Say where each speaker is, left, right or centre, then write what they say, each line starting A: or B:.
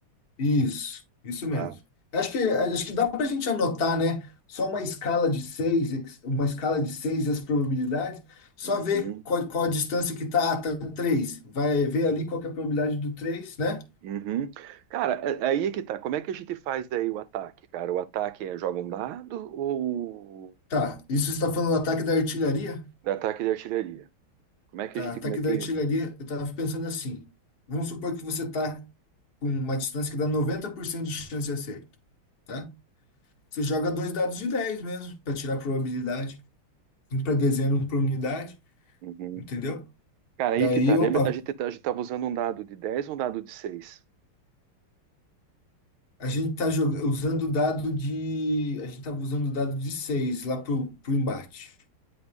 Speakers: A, on the left; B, on the right.
A: isso, isso mesmo.
B: tá?
A: Acho que, acho que dá pra gente anotar, né? Só uma escala de 6, uma escala de 6 e as probabilidades, só
B: Uhum,
A: ver qual, qual a distância que tá, ah, tá 3. Vai ver ali qual que é a probabilidade do 3, né?
B: uhum. Cara, é- aí é que tá. Como é que a gente faz daí o ataque, cara? O ataque é joga um dado ou
A: Tá, isso você está falando do ataque da artilharia?
B: da ataque de artilharia? Como é que
A: Tá,
B: a gente,
A: ataque
B: como é que...
A: da artilharia, eu tava pensando assim. Vamos supor que você tá com uma distância que dá 90% de chance de acerto, tá? Você joga dois dados de 10 mesmo, para tirar a probabilidade. Um para dezena, um para unidade,
B: Uhum.
A: entendeu?
B: Cara,
A: Daí,
B: aí que tá.
A: opa,
B: Lembra, a gente, tá- a gente tava usando um dado de dez ou um dado de seis
A: a gente tá joga- usando o dado de. A gente tava usando o dado de seis lá pro, pro embate,